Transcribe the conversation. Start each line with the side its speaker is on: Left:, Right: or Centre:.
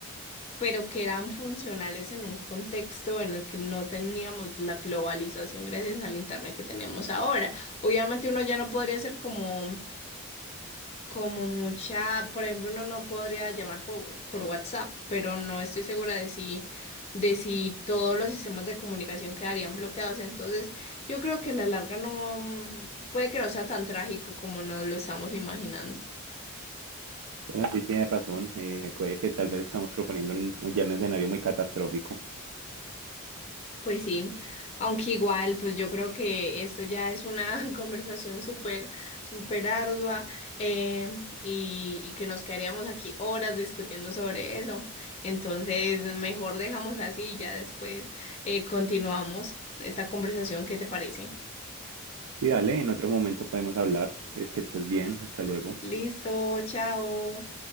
Left: pero que eran funcionales en un contexto en el que no teníamos la globalización gracias al internet que tenemos ahora. Obviamente uno ya no podría ser como como mucha, por ejemplo, uno no podría llamar por, por WhatsApp, pero no estoy segura de si, de si todos los sistemas de comunicación quedarían bloqueados. Entonces, yo creo que a la larga no, puede que no sea tan trágico como nos lo estamos imaginando.
Right: Bueno, sí tienes razón, eh, puede que tal vez estamos proponiendo un, ya un escenario muy catastrófico
Left: Pues sí, aunque igual, pues yo creo que esto ya es una <laughs> conversación súper, súper ardua eh, y, y que nos quedaríamos aquí horas discutiendo sobre eso. Entonces, mejor dejamos así y ya después eh, continuamos esta conversación. ¿Qué te parece?
Right: Sí, dale, en otro momento podemos hablar. Es que estés bien, hasta luego.
Left: Listo, chao.